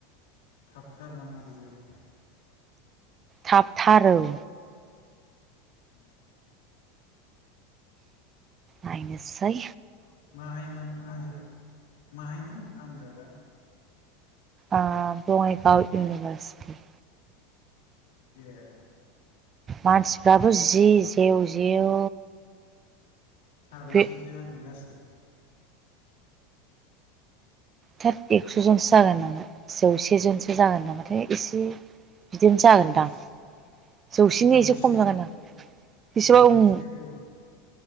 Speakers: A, on the left; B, on the right.
A: थाबथार नामा रिजाला
B: थाबथार औ
A: ए
B: नाइनोसै
A: माहायमोन आनाद माहायमोन आनजादा
B: ओ बङाइगाव इउनिभारसिटि
A: ए
B: मानसिफ्राबो जि जेव जेव
A: साबैसेसो
B: बे
A: जागोन गासै
B: थोद एकस'जनसो जागोन नामा जौसे जनसो जागोन नामाथाय एसे बिदिनो जागोनदां
A: जौस
B: जौसेनि
A: जौसे
B: एसे खम जागोना बेसेबां
A: जौसेल'